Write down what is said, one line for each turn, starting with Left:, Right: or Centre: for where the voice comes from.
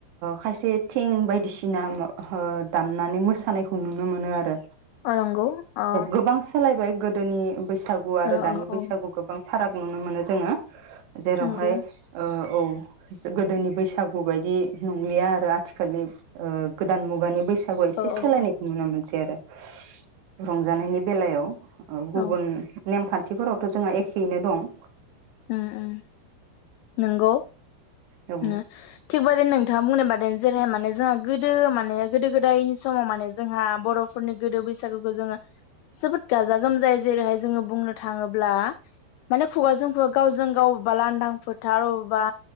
Right: खायसे थिं बायदिसिना दामनानै मोसानायखौ नुनो मोनो आरो।
Left: अ नंगौ अ
Right: गोबां सोलायबाय गोदोनि बैसाग गु आरो
Left: अ
Right: दानि
Left: अ
Right: बैसागु
Left: औ
Right: गोबां फाराग नुनो मोनो जोङो। जेरावहाय
Left: नंगौ
Right: ओ औ गोदोनि बैसागु बायदि नंलिया आरो आथिखालनि ओ गोदान मुगानि बैसा गुया एसे
Left: औ
Right: सोलायनायखौ
Left: औ औ
Right: नुनो मोनसै आरो। रंजानायनि बेलायाव ओ गुबुन
Left: औ
Right: नेमखान्थिफोरावथ' जोंहा एखेयैनो दं।
Left: उम उम नंगौ
Right: औ
Left: उम थिग बेबादिनो नोंथाङा बुंनाय बादेनो जेरैहाय माने जोहा गो गोदो माने गोदो गोदायनि समाव माने जोंहा बर'फोरनि गोदो बैसागुखौ जोङो जोबोद गाजा गोमजायै जेरैहाय जोङो बुंनो थाङोब्ला माने खुगाजों गावजों गाव अबेबा लांदां फोथार अबेबा